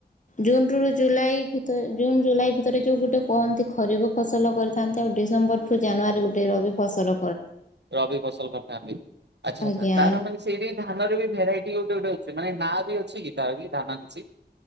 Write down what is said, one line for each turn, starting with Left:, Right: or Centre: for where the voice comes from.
Left: ଜୁନ୍ରୁରୁ ଜୁଲାଇ ଭିତରେ ଜୁନ ଜୁଲାଇ ଭିତରେ ଯୋଉ ଗୋଟେ କହନ୍ତି ଖରିଫ୍ ଫସଲ କରିଥାନ୍ତି। ଆଉ ଡିସେମ୍ବରରୁୁ ଜାନୁଆରୀ ଗୋ ର ବି ଫସଲ।
Right: ରବି ଫସଲ କରିଥାନ୍ତି ଆଚ୍ଛା
Left: ଆଜ୍ଞା
Right: ଆଛା ତାର ମାନେ ସେଇଠି ଧାନରେ ବି ଭେରାଇଟି ଗୋଟେ ଗୋଟେ ଅ ସେ ମାନେ ନାଁ ବି ଅଛି କିତାର କି ଧାନ କିଛି।